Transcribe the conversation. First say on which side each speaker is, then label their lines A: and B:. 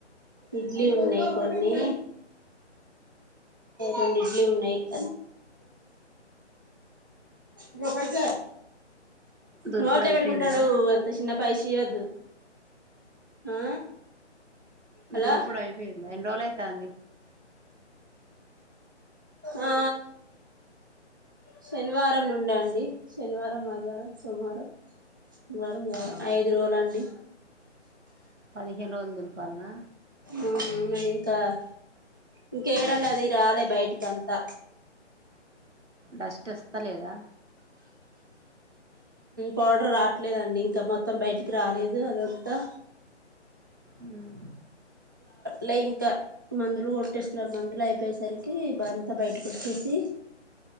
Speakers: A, on the right (about 20°); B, on the right (about 80°).
A: ఇడ్లీ ఉన్నాయి కొన్ని రెండు ఇడ్లీ ఉన్నాయి <inaudible> ఇవప్పైస
B: దులుపుడు
A: నోడ్లే
B: అయిపోయిందా
A: బట్కుంటాడు అంత చిన్న పైశి అద్దు ఆ హలో
B: దుల్పుడు అయిపోయింది ఎయన్ని రోజుల అయితాంది
A: ఆ శనివారం ను ఉండండి శనివారం ఆదివారం సోమవారం మంగళవారం బుధవారం ఐదు రోజులండి
B: పదిహేను రోజులు దింపాలనా
A: అవునండి ఇంకా ఇంకేడంనా అది రాలే బయటికి అంతా
B: డస్ట్ వస్తా లేదా
A: పౌడర్ రావట్లేదండి ఇంకా మొత్తం బయటికి రాలేదు అదంతా
B: ఉమ్
A: లే ఇంకా మందులు కొట్టేస్తున్నారు మందులు అయిపోయేసరికి అంతా బయటకు వచ్చేసి